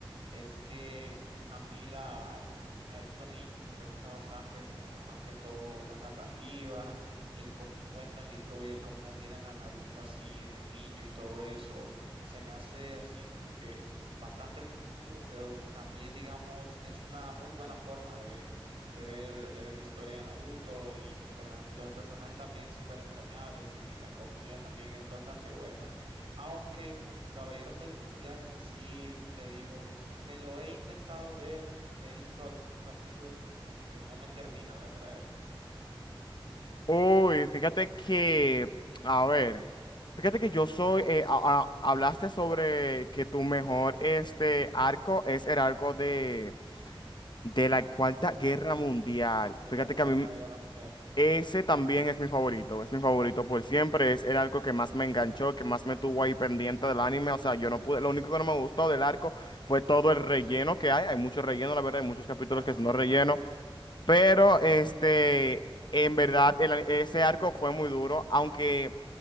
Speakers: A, on the right; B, on the left.
A: es que a mí la Naruto niño me gusta bastante por más que todo la narrativa, el cómo cuentan la historia, el cómo miran a Naruto así de niño y todo eso. Se me hace así como que bastante emotivo, pero también digamos es una muy buena forma de, de ver, de ver la historia de Naruto y los, per- los personajes también súper entrañables y la comedia también es bastante buena. Aunque con los Caballeros del Zodiaco sí te digo me lo he intentado ver, he visto algunos capítulos, pero como que no me termina de atraer
B: Uy, fíjate que, a ver, fíjate que yo soy, eh, a- a- hablaste sobre que tu mejor este arco es el arco de, de la Cuarta Guerra
A: de la cuarta,
B: Mundial.
A: de
B: Fíjate
A: la Cuarta
B: que a mí,
A: Guerra Mundial. ni-
B: Ese
A: Ya, sí,
B: también
A: sí.
B: es mi favorito, es mi favorito por siempre, es el arco que más me enganchó, que más me tuvo ahí pendiente del anime, o sea, yo no pude, lo único que no me gustó del arco fue todo el relleno que hay, hay mucho relleno, la verdad, hay muchos capítulos
A: Ah,
B: que
A: sí,
B: son no relleno,
A: claro.
B: pero este, en verdad, el ese arco fue muy duro, aunque